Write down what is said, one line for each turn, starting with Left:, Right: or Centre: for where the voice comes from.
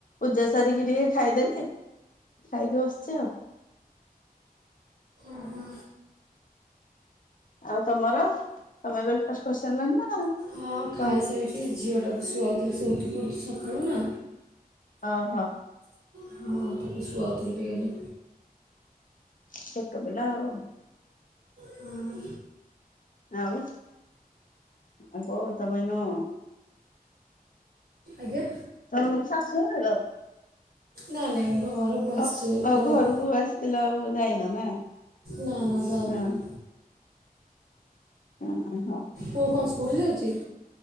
Left: ପୂଜା ସାରିକି ଟିକେ ଖାଇଦେଲି। ଖାଇକି ବସିଛି ଆଉ।
Right: ଓହୋ।
Left: ଆଉ ତମର ତମେ ବ୍ରେକ୍ ଫାଷ୍ଟ କରିସାରିଲଣି ନା?
Right: ହଁ ଖାଇସାରିକି
Left: କରି
Right: ଝିଅଟାକୁ ଶୁଆଉଥିଲି ସେ ଉଠି ପଡ଼ୁଛି ସକାଳୁ ନା।
Left: ଅ ହ।
Right: ହଁ ତାକୁ ଶୁଆଉଥଲି ଟିକେ।
Left: ଛୋଟପିଲା ଆଉ।
Right: ହଁ
Left: ଆଉ ଆ କଉ ତମେ ନୁ
Right: ଆଜ୍ଞା।
Left: ତମେ ତମ ଶାଶୁ ଘରେ ରହ?
Right: ନା ନାଇଁ। ଘରକୁ ଆସିଛି
Left: ଅ ଅ
Right: ର-
Left: ଘରକୁ ଆସିଥିଲ ଆଉ ଯାଇନ ନା?
Right: ନା ନା ଯାଇନି।
Left: ହଁ ଓ ହୋ।
Right: ପୁଅ କଣ ସ୍କୁଲ ଯାଉଚି?